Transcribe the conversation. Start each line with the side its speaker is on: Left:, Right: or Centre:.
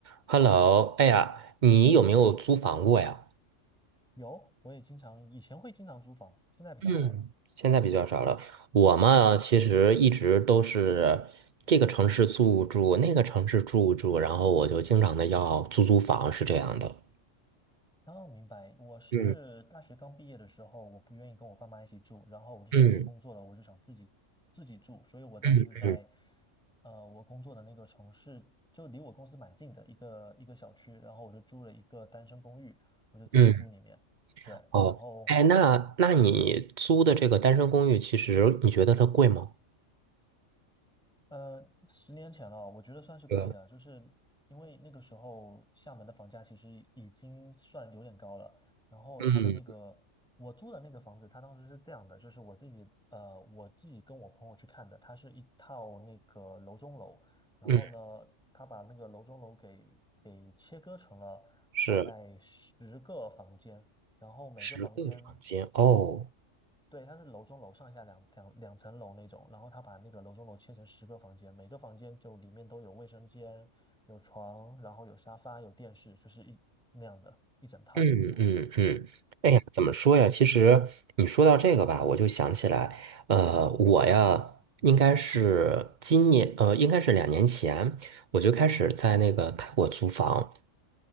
Right: Hello，哎呀，你有没有租房过呀？
Centre: 有，我也经常，以前会经常租房，现在比较少了。
Right: 嗯，现在比较少了。我嘛，其实一直都是这个城市住住，那个城市住住，然后我就经常的要租租房，是这样的。
Centre: 哦，明白，我是大学刚毕业的时候，
Right: 嗯
Centre: 我不愿意跟我爸妈一起住，然后我就想说工作了，
Right: 嗯
Centre: 我就想自己自己住，所以我当时就在，
Right: 嗯嗯
Centre: 呃，我工作的那个城市就离我公司蛮近的一个一个小区，然后我就租了一个单身公寓，我就自己住里面，
Right: 嗯，
Centre: 对，
Right: 哦，
Centre: 然后
Right: 哎，那那你租的这个单身公寓，其实你觉得它贵吗？
Centre: 呃，十年前了，我觉得算是贵的，
Right: 对，
Centre: 就是因为那个时候厦门的房价其实已经算有点高了。然后它的那个我租的那个房子，
Right: 嗯
Centre: 它当时是这样的，就是我自己呃我自己跟我朋友去看的，它是一套那个楼中楼，然后呢，
Right: 嗯，
Centre: 他把那个楼中楼给给切割成了大概十个房间，
Right: 是
Centre: 然后每个房间
Right: 十个房间哦。
Centre: 对，它是楼中楼上下两两两层楼那种，然后他把那个楼中楼切成十个房间，每个房间就里面都有卫生间、有床，然后有沙发、有电视，就是一那样的一整套。
Right: 嗯嗯嗯，
Centre: 对，
Right: 哎呀，怎么说呀？其实你说到这个吧，我就想起来，呃，我呀，应该是今年，呃，应该是两年前，我就开始在那个泰国租房。